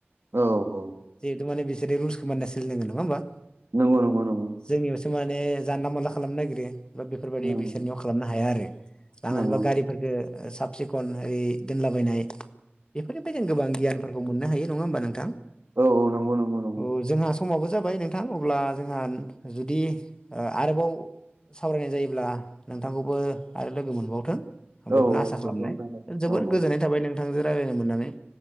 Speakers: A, on the right; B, on the left.
A: औ औ
B: जिहेथु माने बिसोरो रुलस खौ मानिनानै सोलिनांगोन नङा होमबा
A: नंगौ नंगौ नंगौ
B: जोंनिआव माने जानला मानला खालामनो नागिरो बा बेफोरबायदि
A: नंगौ
B: बिसोरनियाव खालामनो हाया आरो। लांनानैबा
A: नंगौ
B: गारिफोरफोरखो साब सिखन ओरै दोनलाबायनाय बेफोरनिफ्रायनो गोबां गियानफोरखौ मोननो हायो नङा होमबा नोंथां?
A: औ औ नंगौ नंगौ नंगौ
B: औ जोंहा समाबो जाबाय नोंथां अब्ला जोंहा जुदि ओ आरोबाव सावरायनाय जायोब्ला नोंथांखौबो आरो लोगो मोनबावथों आं बेखौनो
A: औ
B: आसा खालामनाय
A: नंगौ नोंथां
B: जोबद
A: औ
B: गोजोननाय थाबाय नोंथांजों रायज्लायनो मोननानै